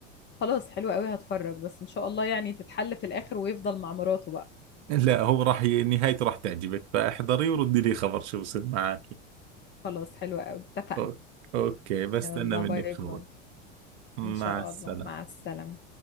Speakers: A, on the left; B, on the right.
A: خلاص حلو قوي هتفرج بس ان شاء الله يعني تتحل في الاخر ويفضل مع مراته بقى
B: لا هو راح ي- نهايته راح تعجبك فاحضري وردي لي خبر شو بصير معك
A: خلاص حلو قوي اتفقنا
B: أو- اوكي بستنى
A: يلا
B: منك
A: باي
B: خبر
A: باي
B: مع
A: ان شاء
B: السلامه
A: الله مع السلامه